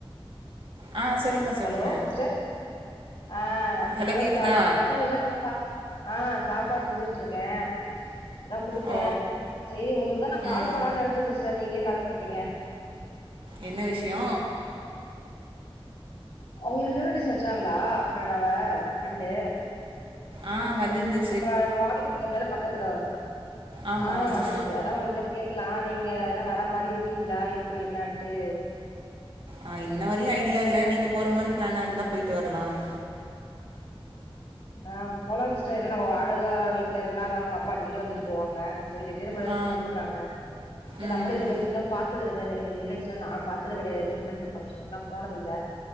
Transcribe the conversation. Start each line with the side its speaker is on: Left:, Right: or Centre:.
Right: ஆ சொல்லுங்க சொல்லுங்க
Left: ஹலோ சிஸ்டர் ஆ
Right: ஹலோ
Left: தோ
Right: கேக்குதா
Left: சாப் பசங்களுக்குல்லா சா ஆ சாப்பாடு செஞ்சுகிட் இருக்கே இப்பதா குடுத்தே
Right: ஓ
Left: செரி உங்க்ளுக்குதா நா கால்
Right: ம்
Left: பண்ணலான் நனச்சே சிஸ்டர் நீங்களே கால் பண்ட்டீங்க
Right: என்ன விஷியோ
Left: உங்களுக்கு இன்விடேஷன் வெச்சாங்களா <unintelligible> ஃப்ரெண்டு
Right: ஆ வந்திருந்து
Left: நம்ப மாடிவீட்ல இருந்ததான பக்கத்துல
Right: ஆமா
Left: ஆ
Right: ஆமா
Left: வந்துச்சு அதா உங்குள்ட்ட கேக்கலா நீங்க என்ன வரா மாரி இருக்கீங்களா எப்டி என்னன்ட்டு
Right: நா இன்னவரயு ஐடியா இல்ல நீங்க போற மாரி ப்ளானா இருந்தா போய்ட்டு வர்லாம்
Left: ஆ போலா சிஸ்டர் என்ன நம்ம வாடக வீட்ல இருந்தாங்க அவங்க அப்பா அடிக்கடி வந்துட்டு போவாங்க செரி ரிட்டர் பனு
Right: ஆ
Left: கூப்பட்றாங்க
Right: ம்
Left: நம்ளு இந்த மாரிவில்லா பாத்தது இ நீ நிகழ்ச்சிலா நா பாத்தது கெடையாது ரிட்டர் மென்ட் பங்க்ஷனுக்லா போனதில்ல